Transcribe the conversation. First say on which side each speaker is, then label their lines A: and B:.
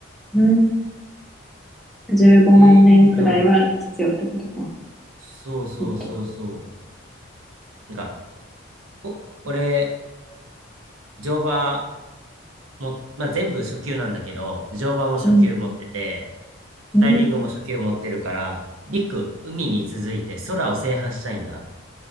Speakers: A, in the centre; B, on the right.
A: うん。15万円くらいは必要ってことか。
B: えー、いいじゃん。そうそうそうそ
A: もっとか。
B: う。なんか、お、俺、乗馬も、まあ、全部初級なんだけど、乗馬も初級持ってて、
A: うん。うん。
B: ダイビングも初級持ってるから、陸、海に続いて空を制覇したいんだ。